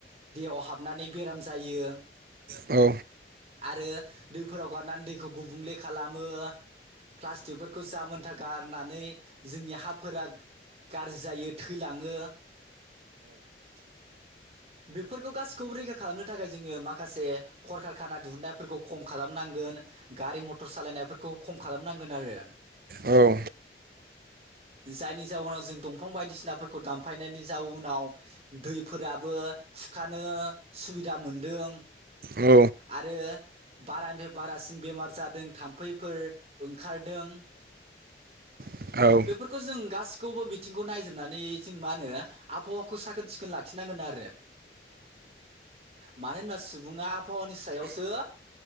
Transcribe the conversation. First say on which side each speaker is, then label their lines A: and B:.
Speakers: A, on the right (about 35°); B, on the right (about 55°).
A: दैेयाव हाबनानै बेराम जायो।
B: औ
A: आरो दैफोराव गारनानै दैखौ गुबुंले खालामो। प्लास्टिकफोरखौ जाहामोनथा गारनानै जोंनि हाफोरा गाज्रि जायो थैलाङो। बेफोरखौ गासिखौबो रैखा खालामनो थाखाय जोङो माखासे खरखार खाना दिहुनन्नायफोरखौ खम खालामनांगोन। गारि मथर सालायनायफोरखौ खम खालामनांगोन आरो।
B: औ
A: जायनि जाउनाव जों दंफां बायदिसिनाफोरखौ दानफायनायनि जाउ नाव दैफोराबो खुरखानो सुबिदा मोनदों।
B: औ
A: आरो बारानिफ्राय बारासिन बेमार जादों थाम्फैफोर ओंखारदों। <unintelligible>
B: औ
A: बेफोरखौ जों गासिखौबो बिथिंखौ नायजोबनानै जों मा होनो आबहावाखौ साखोन सिखोन लाखिनांगोन आरो। मानो होनबा सुबुङा आबहावानि सायावसो